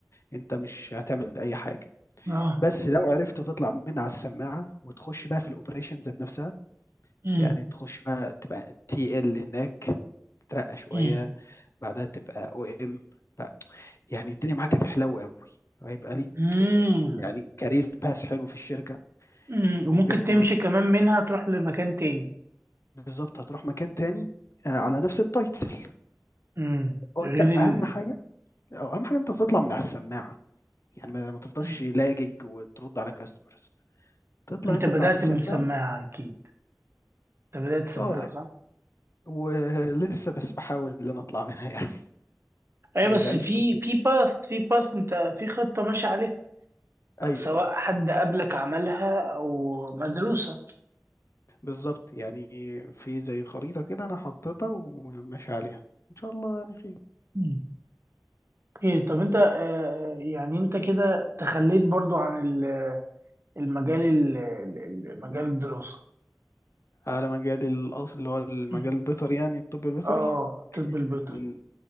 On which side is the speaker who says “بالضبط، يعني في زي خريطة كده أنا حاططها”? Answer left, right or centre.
Left